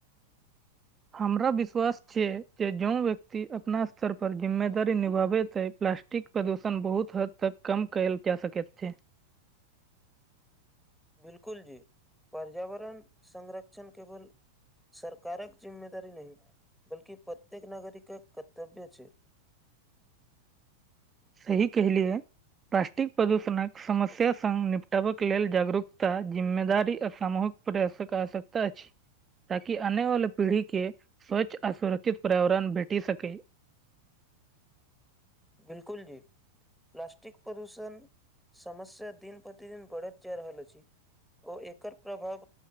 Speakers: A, on the right (about 20°); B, in the centre.
A: हमरा विश्वास छियै जे जों व्यक्ति अपना स्तर पर जिम्मेदारी निभाबैत अछि प्लास्टिक प्रदूषण बहुत हद तक कम कयल जा सकै छैे
B: बिलकुल जी पर्यावरण संरक्षण केवल सरकारक जिम्मेदारी नहि बल्कि प्रत्येक नागरिकक कर्तव्य छै
A: सही कहलियै प्लास्टिक प्रदूषणक समस्या सङ्ग निपटबाक लेल जागरूकता जिम्मेदारी आ सामूहक प्रयासक आवश्यकता अछि ताकि आने वाले पीढ़ी के स्वच्छ आर सुरक्षित पर्यावरण भेटी सके
B: बिलकुल जी प्लास्टिक प्रदूषण समस्या दिन प्रतिदिन बढ़त जा रहल अछि ओ एकर प्रभाव